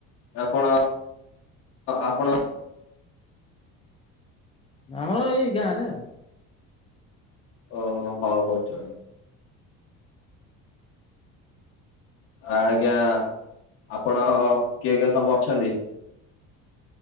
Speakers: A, on the left; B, on the left.
A: ଆପଣ ଆପଣ
B: ଆମର ଏଇ ଗାଁରେ ଆଉ।
A: ଓହୋ ହଉ ହଉ ଚଲ। ଆଜ୍ଞା ଆପଣ କିଏ କିଏ ସବୁ ଅଛନ୍ତି?